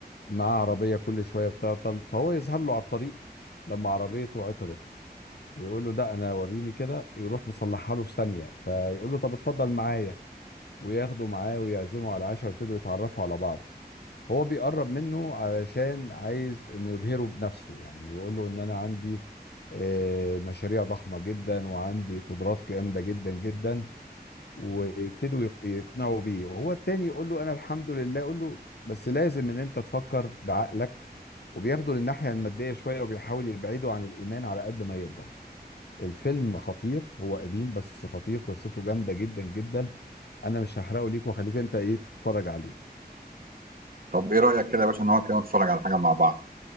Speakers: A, on the left; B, on the right.
A: مع عربية كل شوية بتعطل فهو يظهر له على الطريق لما عربيته عطلت ويقول له ده انا وريني كده يروح مصلحها له في ثانية فيقول له طب اتفضل معايا وياخده معاه ويعزمه على عشاء ويبتدوا يتعرفوا على بعض هو بيقرب منه علشان عايز انه يبهره بنفسه يعني ويقول له ان انا عندي آه، مشاريع ضخمة جدا وعندي قدرات جامدة جدا جدا ويبتدوا يق- يقنعوا بيه وهو التاني يقول له انا الحمد لله يقول له بس لازم ان انت تفكر بعقلك وبياخدوا للناحية المادية شوية وبيحاول يبعدوا عن الإيمان على قد ما يقدر الفيلم خطير هو قديم بس خطير قصته جامدة جدا جدا انا مش هحرقه ليك واخليك انت ايه تتفرج عليه
B: طب إيه رأيك كده يا باشا إن هو كده نتفرج على حاجة مع بعض